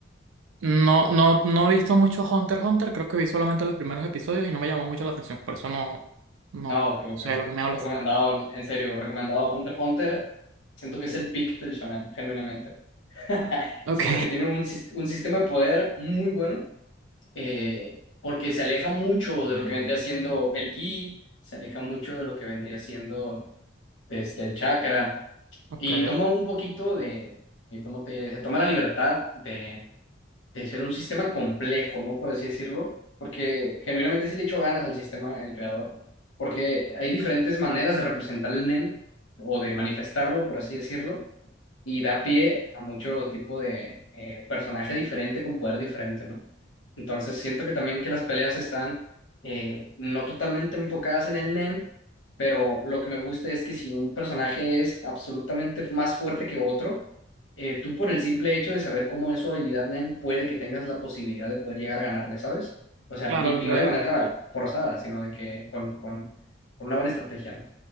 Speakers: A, on the right; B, on the left.
A: No, no, no he visto mucho Hunter x Hunter, creo que vi solamente los primeros episodios y no me llamó mucho la atención, por eso no, no
B: No, creo
A: sé
B: que
A: de lo que me hablas.
B: recomendado, en serio, recomendado Hunter x Hunter. Siento que es el pick del shonen, genuinamente. <laughs>
A: Ok,
B: Siento que tiene un, sis- un sistema de poder muy bueno eh, porque se aleja mucho de lo que vendría siendo el Mm, ki, se aleja mucho de lo que vendría siendo desde el chakra
A: <laughs> ok.
B: y toma un poquito de, eh, ¿cómo te diré? Se toma la libertad de, de ser un sistema complejo, ¿no? Por así decirlo, porque genuinamente sí le echó ganas al sistema, el creador, porque hay diferentes maneras de representar el NEN o de manifestarlo, por así decirlo y da pie a mucho tipo de eh, personaje diferente con poder diferente, ¿no? Entonces siento que también que las peleas están eh, no totalmente enfocadas en el Nen, pero lo que me gusta es que si un personaje es absolutamente más fuerte que otro, eh, tú por el simple hecho de saber cómo es su habilidad Nen, puede que tengas la posibilidad de poder llegar a ganarle, ¿sabes? O sea,
A: Claro,
B: y,
A: lo
B: y
A: ve-
B: no de manera
A: <laughs>
B: forzada, sino de que con, con, con una buena estrategia, ¿no?